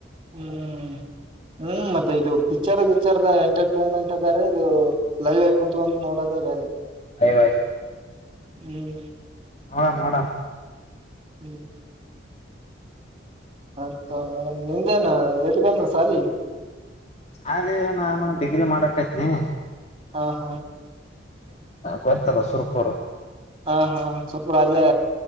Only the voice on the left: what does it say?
ಲೈವ್
ಹಾ, ಮಾಡಮ್,
ಅದೇ ನಾನು ಡಿಗ್ರಿ ಮಾಡಕತಿನಿ.
ಗೊತ್ತಲ್ಲ ಸುರ್ಪೂರ್,